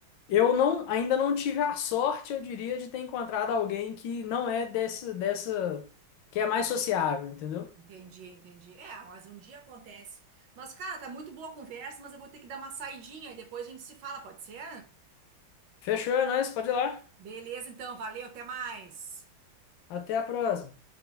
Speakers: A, on the left (about 75°); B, on the right (about 70°).
A: eu não, ainda não tive a sorte, eu diria, de ter encontrado alguém que não é desse, dessa, que é mais sociável, entendeu?
B: Entendi, entendi. É, mas um dia acontece. Mas, cara, tá muito boa a conversa, mas eu vou ter que dar uma saidinha e depois a gente se fala, pode ser?
A: Fechou, é nóis, pode ir lá.
B: Beleza, então, valeu, até mais.
A: Até a próxima.